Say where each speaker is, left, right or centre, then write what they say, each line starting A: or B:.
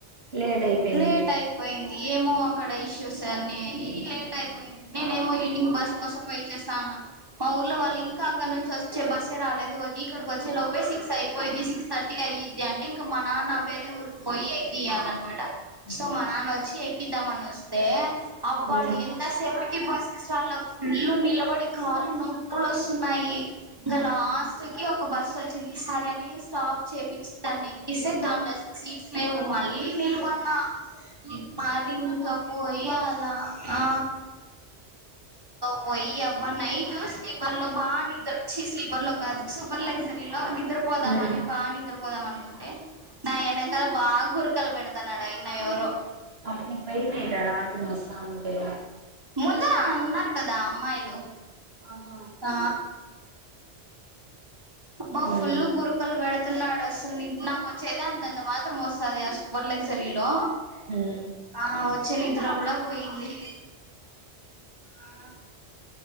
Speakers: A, on the right (about 65°); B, on the right (about 20°).
A: లేట్ అయిపోయింది
B: లేట్ అయిపోయింది ఏమో అక్కడ ఇష్యూస్ అని లేట్ అయిపోయింది నేనేమో ఈవినింగ్ బస్ కోసం వెయిట్ చేస్తా ఉన్నా మా ఊర్లో వాళ్ళు ఇంకా అక్కడ నుంచి వచ్చే బస్సే రాలేదు ఇక్కడికి వచ్చే లోపే సిక్స్ అయిపోయిద్ది సిక్స్ థర్టీ ది అయిద్ది అంటే ఇంకా మా నాన్న వేరే ఊరికి పోయి ఎక్కియాల అనమాట సో మా నాన్న వచ్చి ఎ ఇద్దామని వస్తే అబ్బాడు
A: ఉమ్ ఉమ్
B: ఎంతసేపటికి బస్ ఇ స్టాండ్ లో ఫుల్ నిలబడి కాలు నొప్పులు వస్త తున్నాయి ఇంకా లాస్ట్ కి ఒక బస్ వచ్చింది ఈ సరే అని స్టాప్ చేయిించింది దాన్ని ఎక్కి ఇసే దాంట్లో సీట్స్ లేవు మళ్ళీ నిలబడిన ఇ మరి ఇంకా పోయి అలా ఆ పోయి అబ్బా నైట్ స్లీపర్ లో బ చి స్లీపర్స్ లో కాదు సూపర్ లగ్జ లో నిద్రపోదామ
A: ఉమ్ ఉమ్
B: అని బాగా నిద్రపోదాం అనుకుంటే నా ఎనకాల బాగా గురకలు పెడతాడ నైనా ఎవరో
A: అప్పుడు నీకు భయమేయదా రా అవునులే
B: ముందు ఉన్నారు కదా అమ్మాయిలు
A: ఆహా
B: ఆ అబ్బా
A: మ్మ్
B: ఫుల్ గురుకలు పెడుతున్నాడు అసల్. నీ నాకు ఓచ్చేదే అంతంత మాత్రం ఓస్తాది ఆ సూపర్ లగ్జరీలో.
A: మ్మ్
B: ఆ, ఆ వచ్చే నిద్ర గుడా పోయింది. ఆ.